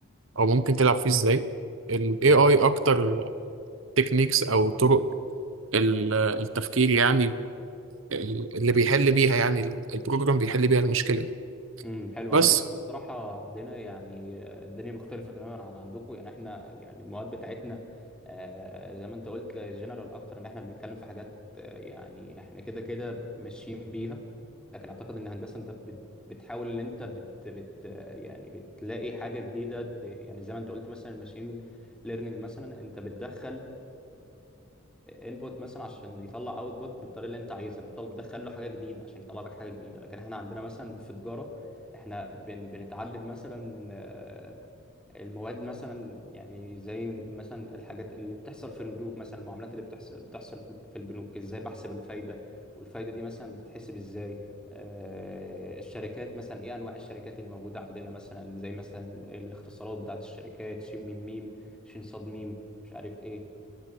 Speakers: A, on the right (about 70°); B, in the centre.
A: او ممكن تلعب فيه ازاي ال AI
B: امم
A: اكتر تكنيكس او طرق ال- التفكير يعني ال- اللي بيحل بيها يعني ال- البروجرام بيحل بيها المشكلة
B: امم حلو
A: بس
B: انا بص بصراحه عندنا يعني آه، الدنيا مختلفه تماما عن عندكم يعني احنا يعني المواد بتاعتنا آه، زي ما انت قلت جنرال اكتر ان احنا بنتكلم في حاجات آه، يعني احنا كده كده ماشيين بيها لكن اعتقد ان هندسه انت بت- بتحاول ان انت بت بت آه، يعني بتلاقي حاجه جديده ت- يعني زي ما انت قلت مثلا الماشين ليرنينج مثلا انت بتدخل انبوت مثلا عشان يطلع اوتبوت بالطريقه اللي انت عايزها بتطل- بتدخل له حاجه جديده عشان يطلع لك حاجه جديده لكن احنا عندنا مثلا في تجاره احنا بن بنتعلم مثلا آه، المواد مثلا يعني زي مثلا الحاجات اللي بتحصل في البنوك مثلا المعاملات اللي بتحصل بتحصل في في البنوك ازاي بحسب الفايدة والفايدة دي مثلا بتتحسب ازاي آه، الشركات مثلا ايه انواع الشركات اللي موجودة عندنا مثلا زي مثلا الاختصارات بتاعت الشركات ش م م شين صاد ميم مش عارف ايه